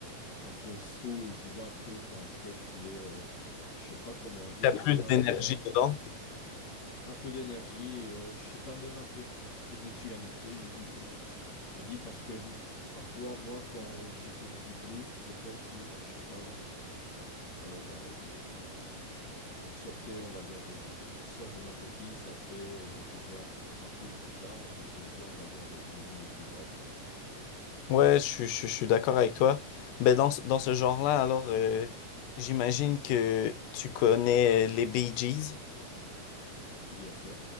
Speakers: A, on the left; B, on the left.
A: un peu soul, tu vois, un truc, un truc qui est, euh, je sais pas comment dire,
B: il y a plus
A: j'ai pas
B: d'énergie
A: le terme,
B: dedans.
A: un peu d'énergie et euh, je sais pas, même un peu de spiritualité, je, dis je- je dis parce que mm, parfois, moi, quand j'écoute du blues, c'est comme si, bah, je sais pas, euh, bah, je, je, je sortais, on va dire, de, de- je sors de ma coquille, ça me fait euh, vibrer un peu de partout, tout ça. J'aime bien, on va dire, le, le mood du vibe.
B: Ouais, je, suis- je, suis je suis d'accord avec toi. Mais dans, ce- dans ce genre-là, alors, euh, j'imagine que tu connais les Bee Gees.
A: Bien sûr.